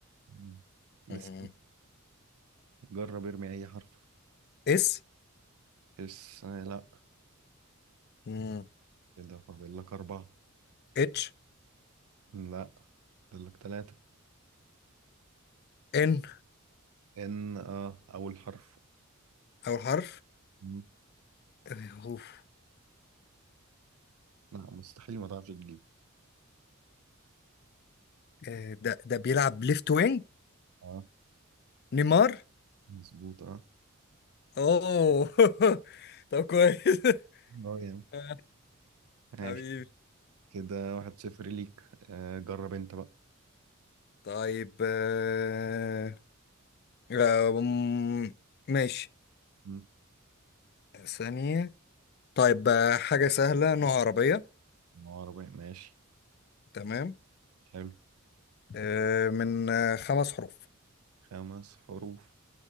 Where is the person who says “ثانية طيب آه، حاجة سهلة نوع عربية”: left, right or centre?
Left